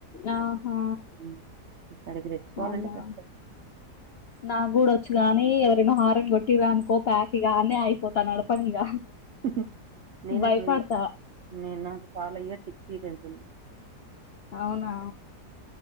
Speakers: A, on the left; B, on the right.
A: ఆహా
B: హ్మ్. ఇక్కడికి తెచ్చుకోవాలంటే
A: అవునా
B: కష్టం
A: నా గూడ వచ్చు గాని ఎవరైనా హారన్ కొట్టిరనుకో ప్యాకిగానే అయిపోతాను నడపనిగా.
B: ఉహు నేను
A: భయపడతా
B: అట్లా లేవ్ నే నాకు చాలా ఇయర్స్ సిక్స్ ఫీట్ అంటుంది
A: అవునా